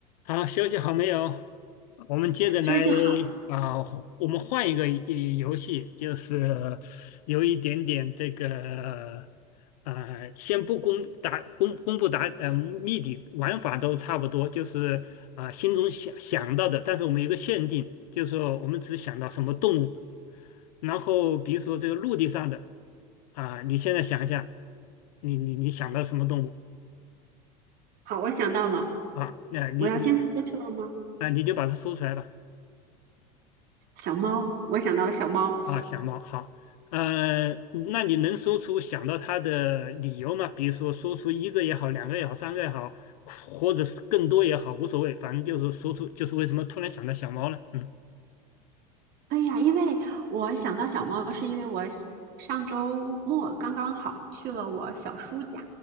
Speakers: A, on the left; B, on the right.
A: 好，休息好没有？我们接着来
B: 休息好，
A: 啊、我们换一个一游戏，就是有一点点这个呃，先不公答公公布答呃谜底玩法都差不多，就是啊、心中想想到的，但是我们有一个限定，就是说我们只想到什么动物，然后比如说这个陆地上的啊、你现在想一下，你你你想到什么动物
B: 好，我想到了，
A: 啊？那你你
B: 我要现在说出来吗？
A: 啊、你就把它说出来吧。
B: 小猫，我想到了小猫。
A: 啊，小猫好，呃，那你能说出想到它的理由吗？比如说说出一个也好，两个也好，三个也好，或者是更多也好，无所谓，反正就是说出就是为什么突然想到小猫了。嗯
B: 哎呀，因为我想到小猫，是因为我喜上周末刚刚好去了我小叔家，